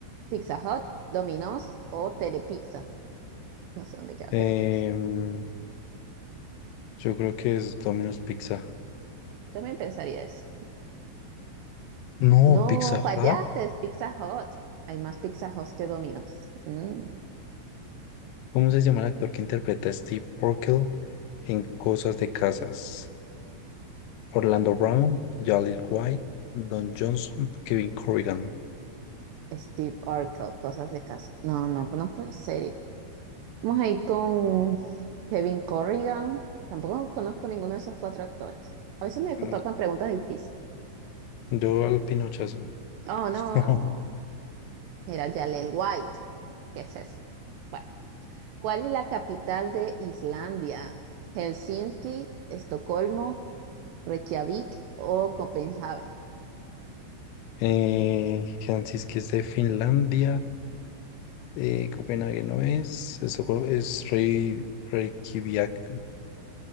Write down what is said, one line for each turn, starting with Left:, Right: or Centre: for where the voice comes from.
Right: Pizza Hut, Domino's o Telepizza. No sé dónde queda
Left: Em,
Right: Telepizza.
Left: yo creo que es Domino's Pizza.
Right: Yo también pensaría eso.
Left: No,
Right: No,
Left: Pizza
Right: fallaste,
Left: Hut.
Right: es Pizza Hut. Hay más Pizza Hut que Domino's. Mm,
Left: ¿Cómo se llama el actor que interpreta a Steve Urkel en Cosas de Casas? Orlando Brown, Jaleel White, Don Johnson, Kevin Corrigan.
Right: Steve Urkel, cosas de casa. No, no conozco la serie. Vamos a ir con Kevin Corrigan. Tampoco conozco ninguno de esos cuatro actores. A veces me tocan
Left: Mm,
Right: preguntas difíciles.
Left: Yo al pinochazo.
Right: Oh, no.
Left: <laughs>
Right: Era Jalel White. ¿Qué es eso? Bueno, ¿cuál es la capital de Islandia? ¿Helsinki, Estocolmo, Reykjavik o Copenhague?
Left: Eh, Helsinki es de Finlandia. eh, Copenhague no es. Estocolmo es Rey- Reykjavik.